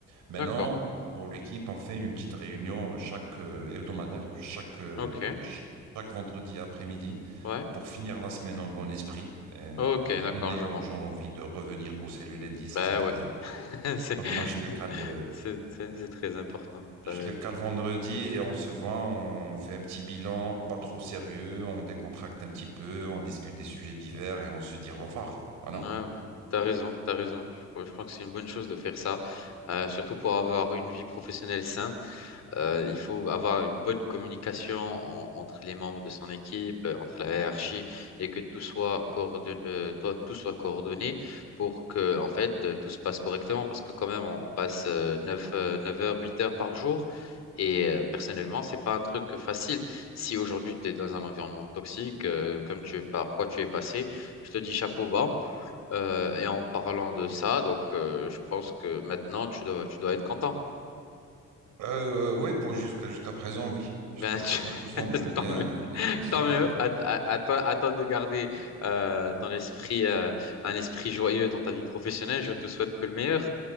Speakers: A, on the right (about 85°); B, on the left (about 60°).
A: Maintenant,
B: d'accord,
A: pour l'équipe, on fait une petite réunion chaque euh, hebdomadaire, chaque, euh,
B: ok,
A: ch- chaque vendredi après-midi
B: ouais,
A: pour finir la semaine en bon esprit euh,
B: ok,
A: et
B: d'accord,
A: donner
B: je vois.
A: aux gens l'envie de revenir bosser le lundi, ça
B: Bah
A: c'est très
B: ouais,
A: important.
B: <laughs> c'est
A: Donc moi je le cale, euh,
B: c'est- c'est- c'est très important. T'as...
A: je le cale vendredi et on se voit, on fait un petit bilan, pas trop sérieux, on décontracte un petit peu, on discute des sujets divers et on se dit au revoir. Voilà.
B: Ouais, ouais. T'as raison, t'as raison. Je, crois je pense que c'est une bonne chose de faire ça, euh, surtout pour avoir une vie professionnelle saine. Euh, il faut avoir une bonne communication en- entre les membres de son équipe, euh, entre la hiérarchie, et que tout soit coordonné, euh, toi, tout soit coordonné pour que, en fait, euh, tout se passe correctement. Parce que quand même, on passe euh, 9 heures, 8 heures par jour. Et euh, personnellement, c'est pas un truc facile. Si aujourd'hui tu es dans un environnement toxique, euh, comme tu par quoi tu es passé, je te dis chapeau bas. Euh, et en parlant de ça, donc euh, je pense que maintenant tu dois, tu dois être content.
A: Euh, oui, pour jusqu'à jusqu'à présent, oui. Jusqu'à
B: Ben, tu-
A: présent,
B: <laughs>
A: tout semble bien
B: tant mieux.
A: bien fonctionner.
B: Tant mieux, à, à- à toi, à toi de garder euh, ton esprit, euh, un esprit joyeux dans ta vie professionnelle. Je te souhaite que le meilleur.